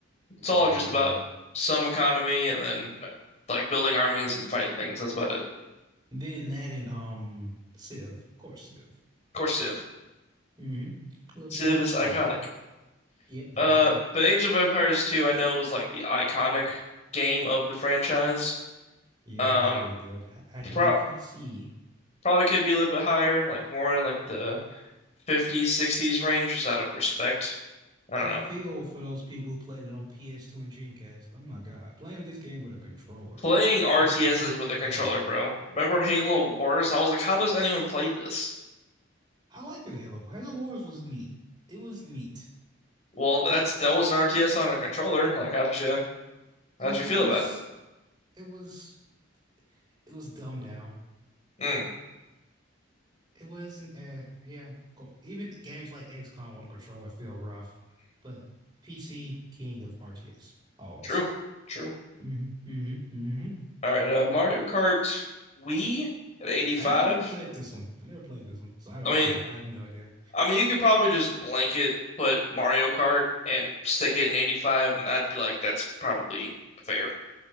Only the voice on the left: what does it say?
It's
all just
about some economy and then like building armies and fighting things. That's about it. Of
course, Civ.
Civ
is
iconic.
Uh,
but Age of Empires 2, I know was like the iconic game of the franchise.
Um,
pro
probably could be a little bit higher, like more in like the 50s, 60s range, just out of respect. I
don't know.
Playing RTSs
with a controller,
bro. Remember Halo Wars? I was like, how does anyone play this?
Well, that's that was an RTS on a controller. Like, how did you how
did you feel
about it?
Mm,
true, true.
All right, uh, Mario Kart Wii at 85.
I mean,
I mean, you could probably just blanket put Mario Kart and stick it in 85, and I'd be like, that's probably fair.